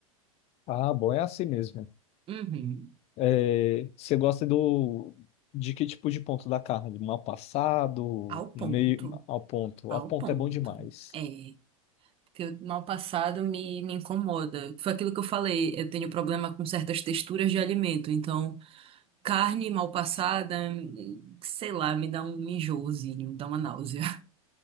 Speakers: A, on the left; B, on the right.
A: Ah, bom, é assim mesmo.
B: Uhum.
A: É, você gosta do de que tipo de ponto da carne? Mal passado,
B: Ao ponto.
A: meio ao ponto.
B: Ao
A: Ao ponto
B: ponto.
A: é bom demais.
B: É. que o mal passado me, me incomoda. Foi aquilo que eu falei, eu tenho problema com certas texturas de alimento, então carne mal passada, sei lá, me dá um enjoozinho, me dá uma náusea. <laughs>